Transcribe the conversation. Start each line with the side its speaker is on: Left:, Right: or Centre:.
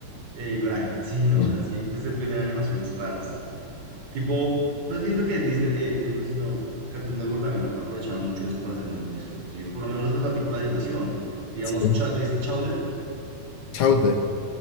Right: Eh, coraje, <laughs> sí, no,
Left: Sí.
Right: es así, pues porque tiene animaciones raras. Tipo, pues que siento que Disney, eh, Disney no, sino Cartoon Network también aprovechaba mucho eso para ser muy disruptivo, por lo menos respecto al tipo de animación. Digamos,
Left: sí.
Right: Chow- ¿te viste Chowder?
Left: Chowder.